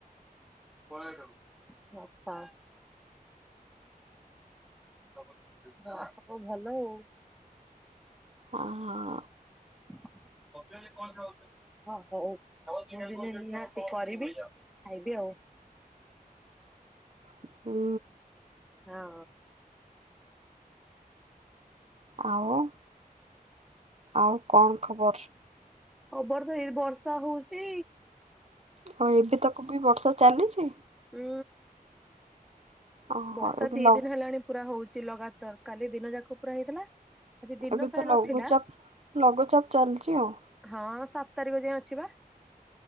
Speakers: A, in the centre; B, on the right.
A: ଆଚ୍ଛା। ହଁ କ ଭଲ ଆଉ।
B: ଓ ହୋ।
A: <unintelligible> କଣ? ହଁ ହଉ ନିହାତି କରିବି ଖାଇବି ଆଉ।
B: ହୁଁ।
A: ହଁ।
B: ଆଉ ଆଉ କଣ ଖବର?
A: ଖବର ତ ଏଇ ବର୍ଷା ହଉଚି।
B: ହଉ ଏବେ ତାକୁ ବି ବର୍ଷା ଚାଲିଛି?
A: ହୁଁ
B: ଓହୋ
A: ବର୍ଷା
B: ଏବେ
A: ଦି
B: ଲ
A: ଦିନି ହେଲାଣି ପୁରା ହଉଛି ଲଗାତାର। ତର କାଲି ଦିନ ଯାକ ପୁରା ହେଇଥିଲା। ଆଜି ଦିନ
B: ଏବେ
A: ସାରା
B: ତ ଲଘୁଚାପ
A: ନଥିଲା
B: ଲଘୁଚାପ ଚାଲିଚି ଆଉ।
A: ହଁ ସାତ ତାରିଖ ଯାଏଁ ଅଛିି ପା।